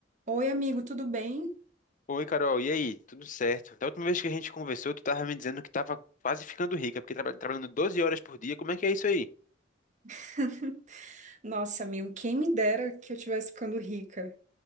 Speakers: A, on the right; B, on the left.
A: Oi, amigo, tudo bem?
B: Oi, Carol, e aí? Tudo certo? Da última vez que a gente conversou, tu tava me dizendo que tava quase ficando rica, porque traba- trabalhando 12 horas por dia, como é que é isso aí?
A: <laughs> Nossa, amigo, quem me dera que eu estivesse ficando rica.